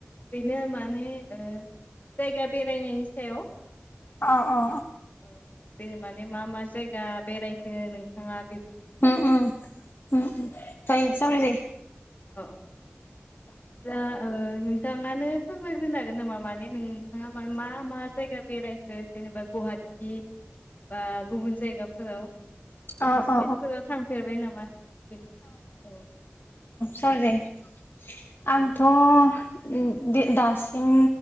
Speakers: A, on the left; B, on the left.
A: बेनो माने ओ जायगा बेरायनायनि सायाव।
B: अ अ अ।
A: औ बे माने मा मा जायगा बेरायखो नोंथाङा बे
B: उम उम उम उम जायो सावराय जायो।
A: औ दा ओ नों नोंथाङानो फोरमायग्रोनो हागोन नामा माने नोंथाङा मा मा मा जायगा बेरायखो जेनेबा गुवाहा टि बा गुबुन जायगाफोराव? गुबुन
B: औ
A: स्टेतफोराव
B: औ
A: थांफेरबाय नामा बे औ।
B: <unintelligible> आंथ' उम दो दासिम